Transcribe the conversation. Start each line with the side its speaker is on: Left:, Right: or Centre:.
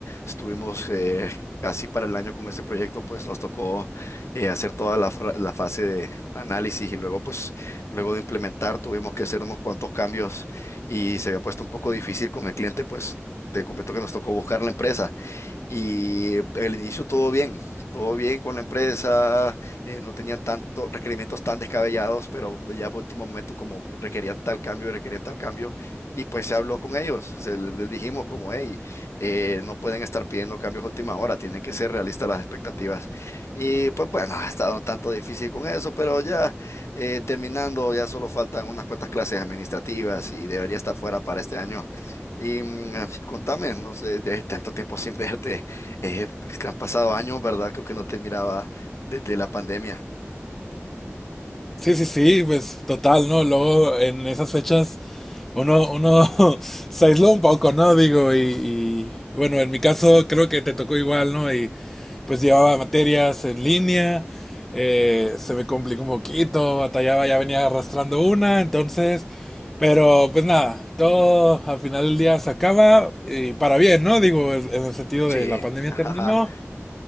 Left: estuvimos eh, casi para el año con ese proyecto, pues nos tocó eh, hacer toda la, fra- la fase de análisis y luego pues luego de implementar tuvimos que hacer unos cuantos cambios y se había puesto un poco difícil con el cliente, pues te comento que nos tocó buscar la empresa. Y el inicio todo bien, todo bien con la empresa, eh, no tenían tantos requerimientos tan descabellados, pero ya por último momento como requerían tal cambio, requerían tal cambio, y pues se habló con ellos, se le- les dijimos como, hey, eh, no pueden estar pidiendo cambios a última hora, tienen que ser realistas las expectativas. Y pues bueno, ha estado un tanto difícil con eso, pero ya eh, terminando, ya solo faltan unas cuantas clases administrativas y debería estar fuera para este año. Y mm, ah, contame, no sé, de tanto tiempo sin verte, eh, pues que han pasado años, ¿verdad? Creo que no te miraba desde la pandemia.
Centre: Sí, sí, sí, pues total, ¿no? Luego en esas fechas uno, uno <laughs> se aisló un poco, ¿no? Digo, y, y- y bueno, en mi caso creo que te tocó igual, ¿no? Y pues llevaba materias en línea, eh, se me complicó un poquito, batallaba, ya venía arrastrando una, entonces, pero pues nada, todo al final del día se acaba y para bien, ¿no? Digo, en en el sentido
Left: Sí,
Centre: de la pandemia
Left: <laughs>
Centre: terminó.
Left: ajá,